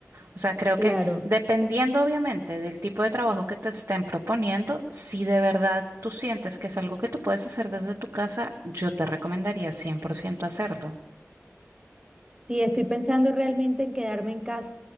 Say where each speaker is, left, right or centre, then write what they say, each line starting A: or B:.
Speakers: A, on the right; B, on the right.
A: O sea, creo
B: claro.
A: que dependiendo obviamente del tipo de trabajo que te estén proponiendo, si de verdad tú sientes que es algo que tú puedes hacer desde tu casa, yo te recomendaría 100% hacerlo.
B: Sí, estoy pensando realmente en quedarme en casa